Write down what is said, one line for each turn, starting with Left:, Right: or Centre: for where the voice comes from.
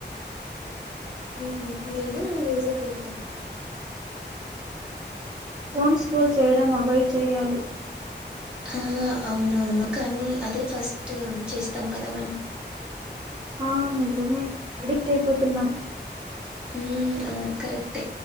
Centre: మ్మ్ హూ నేను మ్యూజిక్ వింటాను
Right: ఫోన్స్ యూస్ చేయడం అవాయిడ్ చేయాలి
Centre: ఆ అవునవును కానీ అదే ఫస్ట్ చేస్తాం కదా మనం
Right: ఆ నిజమే ఎడిక్ట్ అయిపోతున్నాం
Centre: హ్మ్ అవును కరెక్టే